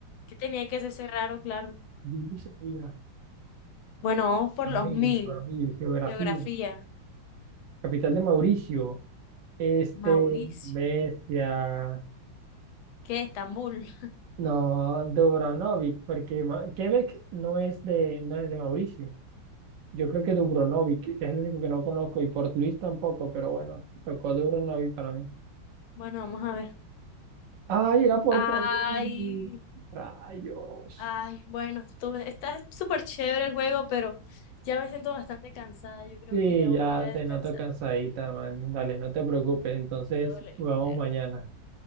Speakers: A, on the left (about 85°); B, on the right (about 70°).
A: Que tenía que ser ese raro, claro.
B: Yo no sabía,
A: Bueno, vamos por
B: por
A: los
B: mí,
A: mil.
B: por mí, geografía.
A: Geografía.
B: Capital de Mauricio, este,
A: Mauricio.
B: bestia,
A: ¿Qué? Estambul.
B: no, Dubrovnik, porque Ma- Quebec no es de, no es de Mauricio. Yo creo que Dubrovnik, que es el único que no conozco, y Port Louis tampoco, pero bueno, tocó Dubrovnik para mí.
A: Bueno, vamos a ver.
B: Ay, era Port
A: Ay,
B: Louis. Rayos.
A: Ay, bueno, tú, está súper chévere el juego, pero ya me siento bastante cansada. Yo creo
B: Sí,
A: que ya voy
B: ya
A: a ir a
B: te
A: descansar.
B: noto cansadita, man. Dale, no te preocupes. Entonces,
A: Me duele el
B: jugamos
A: cuerpo.
B: mañana.